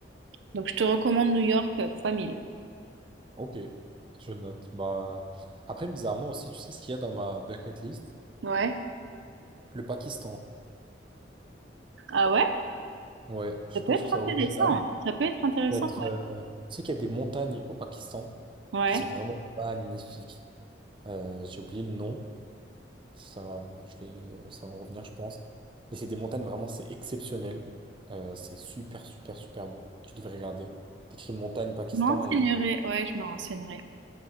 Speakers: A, on the right (about 80°); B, on the right (about 30°).
A: Donc, je te recommande New York euh, fois 1000.
B: Ok, je note. Bah... Après, bizarrement aussi, tu sais ce qu'il y a dans ma bucket list?
A: Ouais.
B: Le Pakistan.
A: Ah ouais?
B: Ouais, je
A: Ça
B: sais
A: peut
B: pas,
A: être
B: si je trouve ça
A: intéressant.
B: original.
A: Ça peut être intéressant.
B: Faut être, euh, Tu sais qu'il y a des montagnes au Pakistan
A: Ouais.
B: qui sont
A: Ouais.
B: vraiment magnifiques. Euh, j'ai oublié le nom. Ça, va- je vais... euh, Ça va me revenir, je pense. Mais c'est des montagnes vraiment, c'est exceptionnel. Euh, c'est super, super, super beau. Tu devrais regarder. T'écris montagne Pakistan
A: Je me renseignerai.
B: et...
A: Ouais, je me renseignerai.